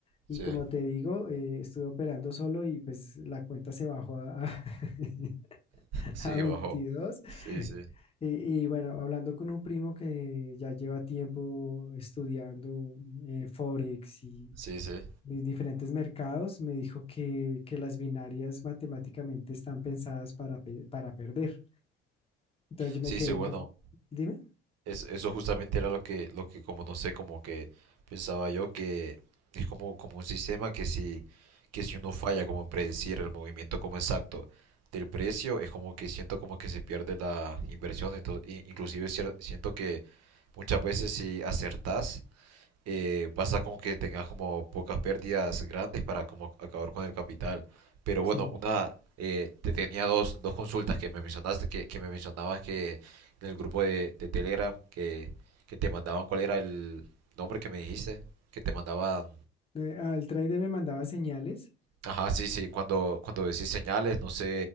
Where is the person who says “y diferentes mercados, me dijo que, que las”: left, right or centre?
Left